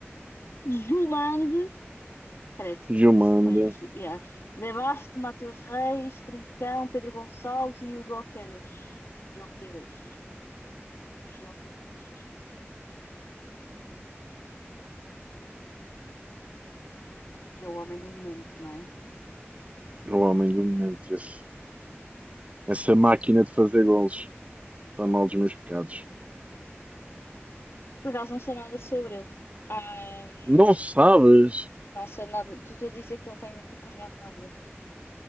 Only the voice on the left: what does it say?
Jumande, credo,
Jumange, yeah. Debasto, Mateus Reis, Trincão, Pedro Gonçalves e Hugo Queres. Joqueres. Joqueres, acho que é assim. que é o homem do momento, não é?
Por acaso não sei nada sobre ele. Ah, hum,
não sei nada. Estou a dizer que não tenho acompanhado nada.